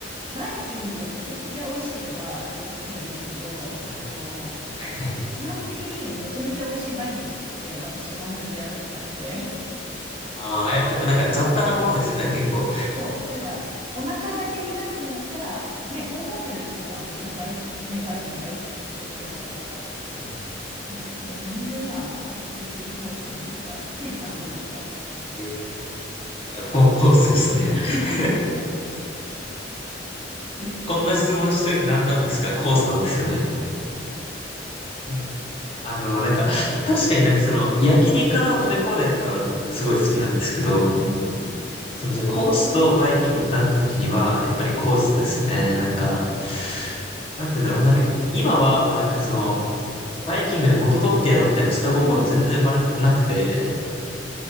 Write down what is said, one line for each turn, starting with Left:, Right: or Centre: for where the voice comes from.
Right: バイキングがめちゃくちゃ美味しければ、全然そっちでもいいんですけど、
Left: はい。
Right: あの、
Left: はいはいはい
Right: 基本的にめちゃめちゃ美味しいバイキングって私今まで出会ったことなくて、
Left: ああ、やっぱなんか雑多なものですよね、結構。
Right: そう、なんか、お腹だけ満たすんだったら、ね、高校生の時とかはもちろんバイキング、ね、バイキング大好きでしたけど、食べ放題とか。
Left: はい。
Right: はい。でも全然今はもう圧倒的コースなんですが、せいじさんはどうですか
Left: えやっぱこのコースですね。
Right: <laughs>
Left: <laughs>
Right: ですよ。
Left: こんな質問しといて何なんですかコースなんですよね。うんあの、なんか、確かになんかその、焼肉の食べ放題とかすごい好きなんですけど、
Right: うん
Left: そのじゃあコースとバイキングってなった時には、やっぱりコースですね。なんか、なんて言うんだろう。なんか、今はもうなんかその、バイキングで元取ってやろうみたいな下心は全然生まれなくて、
Right: うんうん。うん